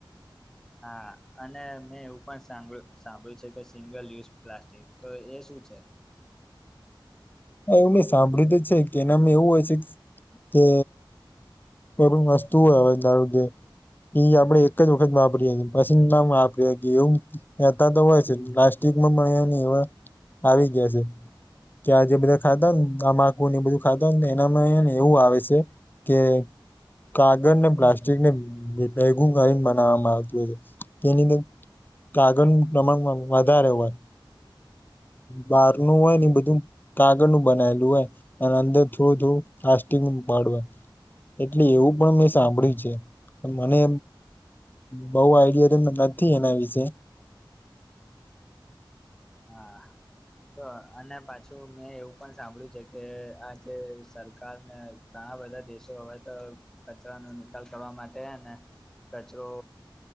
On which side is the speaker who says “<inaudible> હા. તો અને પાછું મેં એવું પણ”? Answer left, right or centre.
Centre